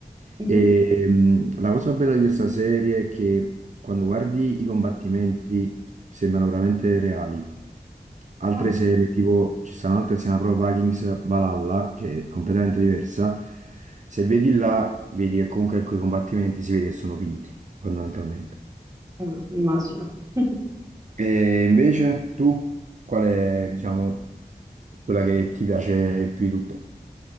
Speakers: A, on the right (about 20°); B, on the right (about 50°).
A: Mhm.
B: E, mh, la cosa bella di questa serie è che quando guardi i combattimenti sembrano veramente reali. Altre
A: Ah,
B: serie, tipo ci stanno altre, se ne Pro Vikings Valhalla, che è completamente diversa. Se vedi là Vedi che comunque quei combattimenti si vede che sono finti, fondamentalmente.
A: ah, immagino. <laughs>
B: E invece tu, qual è, diciamo, quella che ti piace più di tutte?